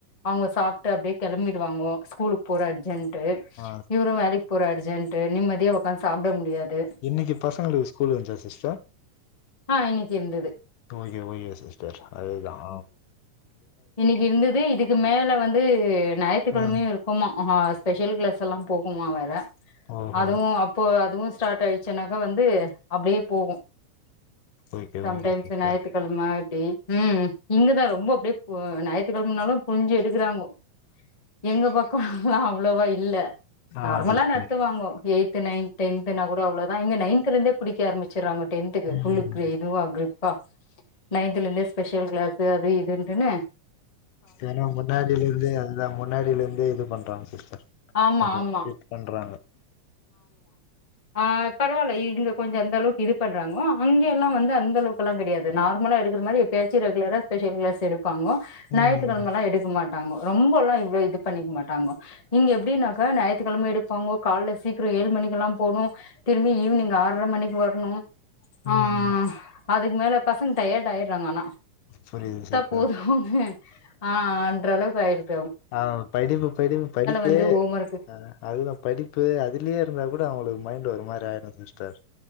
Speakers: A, on the left; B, on the left.
A: அவுங்க சாப்ட்டு அப்டே கெளம்பிடுவாங்கோ ஸ்கூலுக் போற அ ர்ஜெண்ட்டு
B: ஆ
A: இவுரு வேலைக் போற அர்ஜெண்ட்டு நிம்மதியா உக்காந்து சாப்ட முடியாது
B: இன்னக்கி பசங்களுக்கு ஸ்கூல் இஞ்ச்சா சிஸ்ட
A: ஆ இன்னைக்கு இருந்தது
B: ஓகே ஓகே சிஸ்டர் அதுதா அ
A: இன்னிக்கி இருந்துது இதுக்கு மேல வந்து ஞாயித்துக்கெழமையு
B: ம்
A: இருக்குமா ஆஹ ஸ்பெஷல் கிளாஸ் எல்லா போகுணுமா வேற
B: ஓஹோ
A: அதுவு அப்போ அதுவு ஸ்டாட் ஆயிச்சிநாக்க வந்து அப்டியே போகு
B: okay
A: some
B: okay
A: times
B: sister
A: ஞாயித்துக்கெழம ம் ம் இங்கதா ரொம்ப அப்டே ஓ ஞாயிற்றுக் கெழமனாலு புழிஞ்சு எடுக்கறாங்கோ எங்க பக்கோ ல அவ்ளவா இல்ல
B: ஆ
A: நார்மலா
B: சிஸ்டர்
A: நடத்துவாங்கோ எ த்து நைன் டென்த்துனா கூட அவ்ளதா இங்க நைன்லந்தே இருந்தே புடிக்க ஆரம்பிச்சறாங்கோ டென்துகு
B: ம்
A: ஃபுல்லு க் இதுவா கிரிப்பா நைன்த்துல இந்தே ஸ்பெஷல் கிளாஸு அது இதுன்ட்டுனு
B: ஏனா முன்னாடியில இருந்தே அதுதா முன்னாடியில இந்தே இது பண்றாங் சிஸ்டர்
A: ஆமா
B: கொஞ்சோ
A: ஆமா
B: ஸ்டிட் பண்றாங்கொ
A: ஆஹ் பரவால்ல இங்க கொஞ்சோ அந்த அளவுக் இது பண்றாங்கோ அங்க எல்லா வந்து அந்த அளவுக்கு எல்லாங் கெடையாது நார்மலா எடுக்கற மாரி எப்பயாச்சு ரெகுலரா ஸ்பெஷல் கிளாஸ் எடு ப்பாங்கோ ஞாயிற்றுக்கெழம
B: ம்
A: எல்லா எடுக்க மாட் ட்டாங்கோ ரொம்ப எல்லா இவ்ளோ இது பண்ணிக் மாட்டாங்கோ இங்க எப்டினாக்க ஞாயித்துக்கெழமயு எடுப்பாங்கொ கால்ல சீக்ரோ ஏழு மணிக்கெல்லா போணு திரும்பி ஈவினிங் ஆற்ர மணிக்கு வர்ணு அ அ அ
B: ம்
A: அ அதுக் மேல பசங் டயேர்டு ஆயிர்றாங் ஆனா
B: புரியிது சிர்
A: போதுனு ஆ ஆன்ற அளவு காய்ருது
B: ஆ படிப்பு படிப்பு படிப்பே
A: வந்து ஹோம் ஒர்க்கு
B: அ அதுதா படிப்பு அதுலியே இருந்தா கூட அவுங்களுக்கு மைண்டு ஒரு மார் ப்டி ஆய்டு சிஸ்டர்